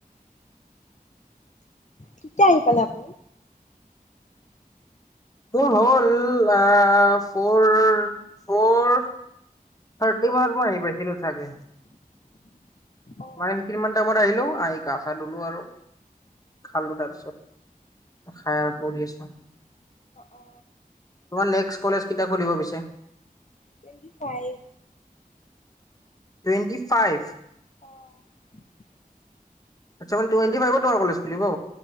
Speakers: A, on the left; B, on the left.
A: কেতিয়া আহি পালে আপুনি।
B: তোৰ হ'ল আহ ফৰ ফৰ থাৰ্টি মাৰ্ক ম আহি পাইছিলোঁ চাগে
A: অ
B: মানে সেই কিমান টাইমত আহিলো আহি গা চা ধলো আৰু খালো তাৰপিছত খাই আৰু পৰি আছো।
A: অ অ
B: তোমাৰ নেক্স কলেজ খুল পিছে
A: টেণ্টি ফাইভ
B: টুৱেণ্টি ফাইভ।
A: অ <unintelligible>
B: আচ্ছা টুৱেটি ফাইভৰ টম কলেজ খুলিব।